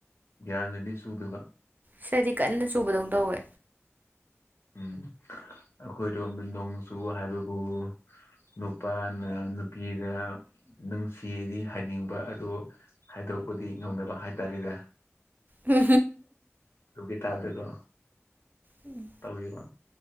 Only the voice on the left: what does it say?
ꯒ꯭ꯌꯥꯟꯅꯗꯤ ꯆꯨꯗꯕ
ꯎꯝ ꯑꯩꯈꯣꯏꯗꯣꯝꯗ ꯅꯣꯡꯆꯨ ꯍꯥꯏꯕꯕꯨ ꯅꯨꯄꯥꯅ ꯅꯨꯄꯤꯤꯒ ꯅꯨꯡꯁꯤꯌꯦꯗꯤ ꯍꯥꯏꯅꯤꯡꯕ ꯑꯗꯣ ꯍꯥꯏꯗꯣꯛꯄꯗꯤ ꯉꯝꯅꯕ ꯍꯥꯏꯇꯥꯔꯦꯅꯦ
ꯑꯗꯨꯒꯤ ꯇꯕꯕꯀꯣ
ꯇꯧꯔꯤꯕ